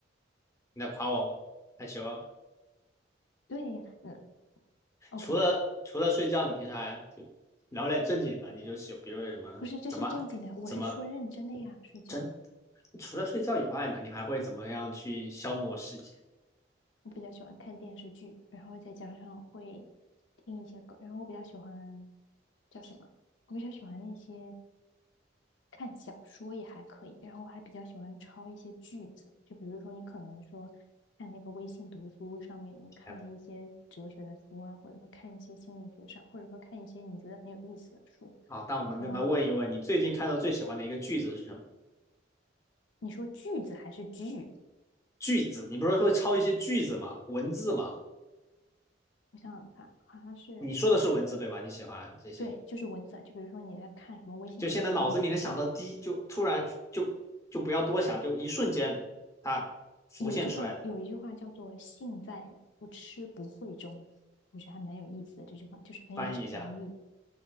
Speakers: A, on the left (about 15°); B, on the left (about 80°).
A: 你在夸我吗？害羞啊！
B: 对呀，嗯，OK，
A: 除了除了睡觉，你平时还就聊点正经的，你就喜，比如有什么怎么怎么。
B: 不是，这是正经的，我是说认真的呀，睡觉。
A: 真。除了睡觉以外呢，你还会怎么样去消磨时间？
B: 我比较喜欢看电视剧，然后再加上会听一些歌，然后我比较喜欢叫什么？我比较喜欢那些看小说也还可以，然后我还比较喜欢抄一些句子，就比如说你可能说看那个微信读书上面，你看一些哲学的书啊，
A: 哎
B: 或者说看一些心理学上，或者说看一些你觉得很有意思的书，
A: 好，那我们再来问一问，
B: 然后
A: 你最近看到最喜欢的一个句子是什么？
B: 你说句子还是句？
A: 句子，你不是会抄一些句子吗？文字吗？
B: 我想想看，好像是
A: 你说的是文字对吧？你喜欢这些，
B: 对，就是文字啊，就比如说你在看什么微信读书上的书，
A: 就现在脑子里能想到第一就突然就就不要多想，就一瞬间它浮现出来的，
B: 有一句话，有一句话叫做“性在不吃不会中”，我觉得还蛮有意思的。这句话就是很有禅意，
A: 翻译一下。